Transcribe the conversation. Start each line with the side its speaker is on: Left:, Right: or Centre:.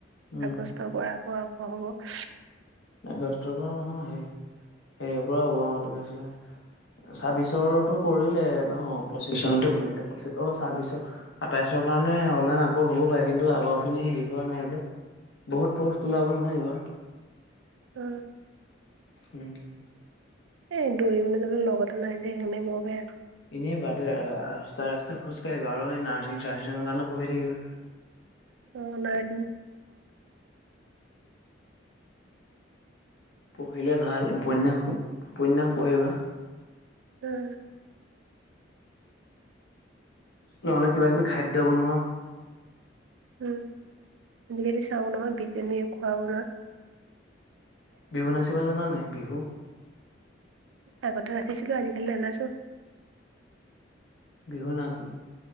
Left: উম
Right: আগষ্টৰ পৰা পৰা আৰম্ হ'ব
Left: আগষ্টৰ পৰা নহয় সেই সেইয়ৰ পৰা হ'বছিলে ছাব্বিশো কৰিলে ন পঁচিশ চনতে কৰিে পঁচি অ ছাব্বিশৰ আটাইছৰ কাৰণে অনলাইন আকৌ হ'বও পাৰে কিন্তু আগৰ খিনি হেৰি কৰা নাই যে বহুত পস্ত ওলাব নহয় এইবাৰ
Right: উ
Left: উম
Right: এ দৌৰিবলৈ গলে লগতে নাই যে সেইকাৰে ম বেয়া
Left: এনেই বাদে ৰাস্তা ৰাস্ত খোজকাঢ়িব আৰু নাৰ্ছিং চাৰ্চিঙ কাৰণে পঢ়ি থাকিব
Right: অঁ নাক
Left: পঢ়িলে ভাল উপন্যাস উপন্যাস পঢ়িবা
Right: উম
Left: নহ'লে কিবা কিবি খাদ্য বনোৱা
Right: উম আজিকালি চাও নহয় বিজমি খোৱাও লোৱা।
Left: বিহু নাচিব জানানে নাই বিহু?
Right: আগতে নাচিছিলো আজিকালি নানাছো।
Left: বিহু নাচ